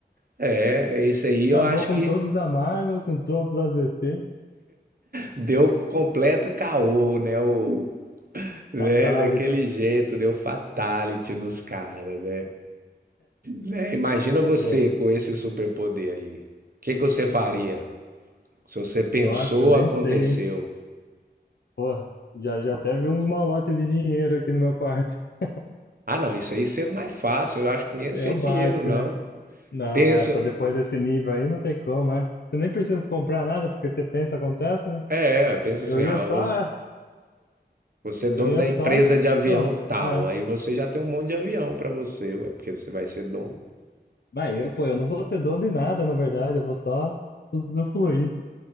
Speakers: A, on the right (about 55°); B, on the left (about 70°).
A: É, esse aí
B: acabou
A: eu acho
B: com
A: que
B: todos da Marvel, com todos da DC,
A: deu completo caô, né? O, né?
B: Fatality.
A: Daquele jeito, deu fatality nos caras, né? Né, Imagina você
B: Pô,
A: com esse superpoder aí. O que, que você faria? Se você pensou,
B: nossa, eu nem
A: aconteceu.
B: sei, hein? Porra, já, já até vi uns malotes de dinheiro aqui no meu quarto. <laughs>
A: Ah, não, isso aí seria mais fácil. Eu acho que nem ia ser
B: É o
A: dinheiro,
B: básico,
A: não.
B: né? Não,
A: Pensa,
B: é, pô, depois desse nível aí não tem como, é. Você nem precisa comprar nada, porque você pensa, acontece, né?
A: É, é, pensa
B: Eu
A: assim, ah,
B: ia só,
A: você
B: é,
A: você é dono
B: eu ia
A: da
B: só,
A: empresa de avião
B: pô,
A: tal,
B: é.
A: aí você já tem um monte de avião para você, ué, porque você vai ser dono.
B: Mas eu, pô, eu não vou ser dono de nada, na verdade, eu vou só usufruir.